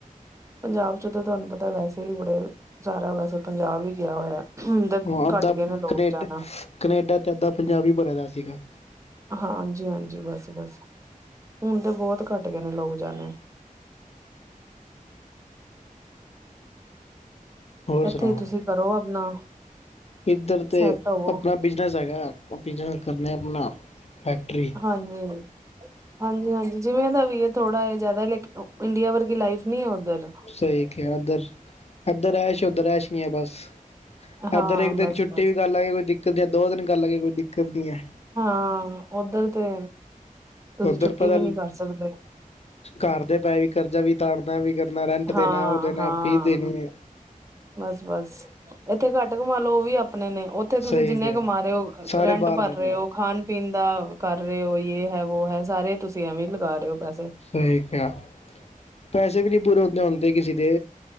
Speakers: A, on the right; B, on the left.
A: ਪੰਜਾਬ ਜਦੋਂ ਤੁਹਾਨੂੰ ਪਤਾ ਵੈਸੇ ਵੀ ਬੜੇ ਸਾਰਾ ਵੈਸੇ ਪੰਜਾਬ ਹੀ ਗਿਆ ਹੋਇਆ। ਹੁਣ ਤਾਂ
B: ਹਾਂ ਅੱਧਾ
A: ਘੱਟ ਗਏ ਨੇ ਲੋਕ
B: ਕਨੇਡਾ
A: ਜਾਣਾ।
B: ਕਨੇਡਾ ਤੇ ਅੱਧਾ ਪੰਜਾਬੀ ਭਰਿਆ ਸੀਗਾ।
A: ਹਾਂ ਹਾਂਜੀ ਹਾਂਜੀ ਬਸ ਬਸ ਹੁਣ ਤਾਂ ਬਹੁਤ ਘੱਟ ਗਏ ਨੇ ਲੋਕ ਜਾਣਾ।
B: ਹੋਰ
A: ਇੱਥੇ
B: ਸੁਣਾਓ
A: ਤੁਸੀ ਕਰੋ ਆਪਣਾ
B: ਇੱਧਰ ਤੇ
A: ਸੈਟ ਹੋਵੋ
B: ਆਪਣਾ ਬਿਜਨਸ ਹੈਗੇ ਕਰਨੇ ਆ ਆਪਣਾ ਫੈਕਟਰੀ।
A: ਹਾਂਜੀ। ਹਾਂਜੀ ਹਾਂਜੀ ਜਿਵੇਂ ਦਾ ਵੀ ਹੈ ਥੋੜਾ ਇਹ ਜ਼ਿਆਦਾ ਲੇਕਿਨ ਇੰਡੀਆ ਵਰਗੀ ਲਾਈਫ ਨਈ ਏ ਉੱਧਰ।
B: ਸਹੀ ਕਿਹਾ ਇੱਧਰ ਇੱਧਰ ਐਸ਼ ਉੱਧਰ ਐਸ਼ ਨਹੀ ਹੈ ਬਸ।
A: ਹਾਂ
B: ਇੱਧਰ ਇੱਕ
A: ਬਸ
B: ਦਿਨ ਛੁੱਟੀ
A: ਬਸ
B: ਵੀ ਕਰ ਲਾਂਗੇ ਕੋਈ ਦਿੱਕਤ ਨਹੀਂ ਹੈ ਦੋ ਦਿਨ ਕਰ ਲਾਂਗੇ ਕੋਈ ਦਿੱਕਤ ਨੀ ਹੈ।
A: ਹਾਂ ਉਧਰ ਤੇ ਤੁਸੀਂ
B: ਉੱਧਰ
A: ਛੁੱਟੀ
B: ਪਤਾ
A: ਵੀ ਨਹੀਂ ਕਰ ਸਕਦੇ।
B: ਘਰ ਦੇ ਪੈ ਵੀ ਕਰਜ਼ਾ ਵੀ ਤਾਰਨਾ ਵੀ ਕਰਨਾ ਰਹਦਾ।
A: ਹਾਂ
B: ਦੇਣਾ ਉਹ ਦੇਣਾ
A: ਹਾਂ
B: ਫੀਸ ਦੇਣੀ ਏ।
A: ਬਸ ਬਸ ਇੱਥੇ ਘੱਟ ਘਮਾ ਲੋ ਉਹ ਵੀ ਆਪਣੇ ਨੇ। ਉੱਥੇ ਤੁਸੀ
B: ਸਹੀ
A: ਜਿੰਨੇ
B: ਕਿਹਾ
A: ਕਮਾ ਰਹੇ ਹੋ
B: ਸਾਰੇ
A: ਰੈਂਟ
B: ਬਾਹਰ
A: ਭਰ
B: ਦੇ
A: ਰਹੇ
B: ਨੇ
A: ਹੋ ਖਾਣ ਪੀਣ ਦਾ ਕਰ ਰਹੇ ਹੋ ਯੇਹ ਹੈ ਵੋ ਹੈ ਸਾਰੇ ਤੁਸੀਂ ਐਵੇਂ ਲਗਾ ਰਹੇ ਹੋ ਪੈਸੇ।
B: ਸਹੀ ਕਿਆ ਪੈਸੇ ਵੀ ਨਹੀਂ ਪੂਰੇ ਉਤਣੇ ਹੁੰਦੇ ਕਿਸੀ ਦੇ।